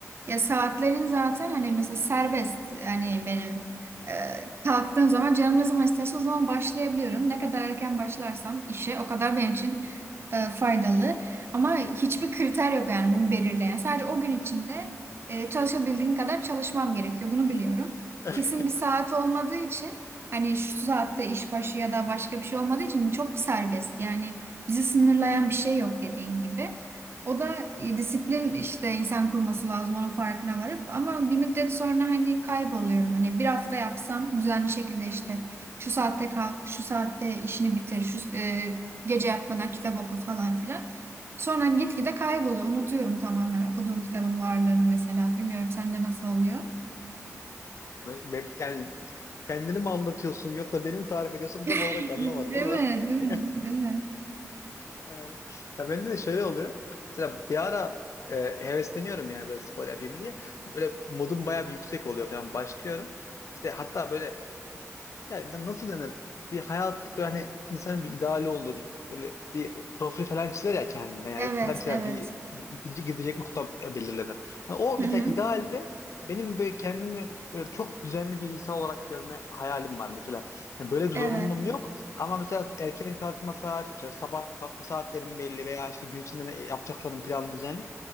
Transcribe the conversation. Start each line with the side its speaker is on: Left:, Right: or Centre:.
Right: Ya saatlerin zaten hani mesela serbest hani benim e, kalktığım zaman canım ne zaman isterse o zaman başlayabiliyorum. Ne kadar erken başlarsam işe o kadar benim için e, faydalı. Ama hiçbir kriter yok yani bunu belirleyen. Sadece o gün içinde e, çalışabildiğim kadar çalışmam gerekiyor. Bunu biliyorum.
Left: <laughs>
Right: Kesin bir saat olmadığı için hani şu saatte iş başı ya da başka bir şey olmadığı için çok serbest. Yani bizi sınırlayan bir şey yok dediğin gibi. O da e, disiplin işte insan kurması lazım onun farkına varıp ama bir müddet sonra hani kayboluyor. Hani bir hafta yapsam düzenli şekilde işte şu saatte kalk, şu saatte işini bitir, şu e, gece yatmadan kitap oku falan filan. Sonra gitgide kayboluyor. Unutuyorum tamamen okuduğum kitabın varlığını mesela. Bilmiyorum sende nasıl oluyor?
Left: Ve- ve- Yani kendini mi anlatıyorsun yoksa beni mi tarif ediyorsun tam olarak
Right: <laughs>
Left: anlamadım
Right: Değil
Left: ama.
Right: mi? Değil mi?
Left: <laughs>
Right: Değil mi?
Left: Ee, Ya bende de şöyle oluyor. Mesela bir ara e, hevesleniyorum yani böyle spor yapayım diye. Böyle modum bayağı bir yüksek oluyor falan başlıyorum. İşte hatta böyle Yani nasıl denir? Bir hayat böyle hani insanın bir ideali olur. Böyle bir profil falan çizer ya kendine. Yani
Right: Evet,
Left: ya da mesela
Right: evet.
Left: bir gidecek, gidecek nokta belirlenir. Hani o
Right: Hı
Left: mesela
Right: hı.
Left: idealde benim böyle kendimi böyle çok düzenli bir insan olarak görme hayalim var mesela. Yani böyle bir
Right: Evet.
Left: zorunluluğum yok ama mesela erken kalkma saat, mesela sabah kalkma saatlerim belli veya işte gün içinde ne yapacaklarım planlı düzenli.